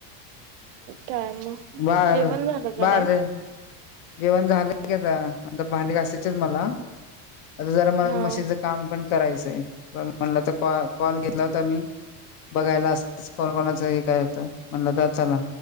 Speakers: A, on the right; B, on the left.
A: काय मग
B: बर
A: जेवण झालं का
B: बर
A: नाही?
B: र जेवण झालंय काता आता भांडी कायचेच मला आता जरा मला
A: हा
B: मशीनचं काम पण करायचं म्हण तर कॉल घेतला होता मी बघायला असण कोणाच काय आता म्हणलं तर चला